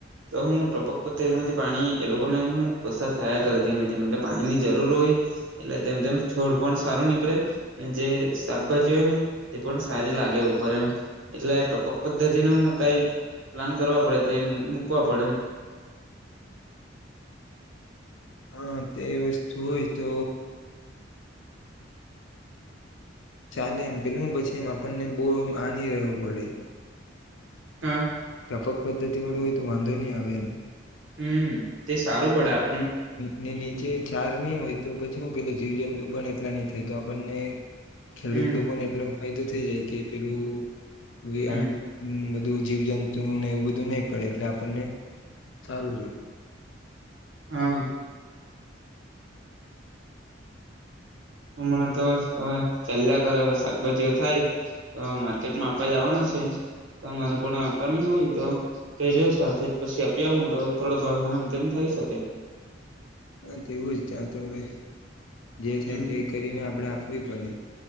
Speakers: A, on the right; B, on the left.
A: તો હું ટપક પદ્ધતિ માંથી પાણી એ લોકોને હું પસાર થયા કર એટલે પાણી ની જરૂર હોય એટલે તેમ તેમ છોડ પણ સારું નીકળે ને જે શાકભાજી હોય ને તે પણ સારી લાગે ઉપર એમ એટલે ટપક પદ્ધતિ નું કઈ પ્લાન કરવા પડે તે મૂકવા પડે એમ
B: હા તે વસ્તુ હોય તો ચાલે એમ પેલું પછી એમ આપણને બહુ એમ આની રહેવું પડે
A: હા.
B: ટ્યાપક પદ્ધતિ વાળું હોય તો વાંધો નહી આવે એમ
A: હમ તે સારું પડે આપે
B: ને નીચે ચાર નહી હોય તો પછી હું કેેલો છ જીવ જંતુ પણ એટલા નહી થાય તો આપણને ખેડૂત
A: હમ
B: લોકોને એટલે ફાયદો થઇ જાય કે પેલું <inaudible>
A: હમ
B: આ બધું જીવ જંતુને એવું બધું નહી પડે એટલે આપણને સારું રહે
A: હા. હમણાં તો ચાલ્યા કર શાકભાજીઓ થાય તો માર્કેટમાં આપવા જવાના છે તમારે પણ આપવાની હોય તો કેજો સાથે જ પછી આપી હ તો થોડો ભાવમાન તેમ થઇ શકે
B: હા તોવું જ ચત હવે જે થાય
A: હમ
B: તે કરીને આપણે વિપણ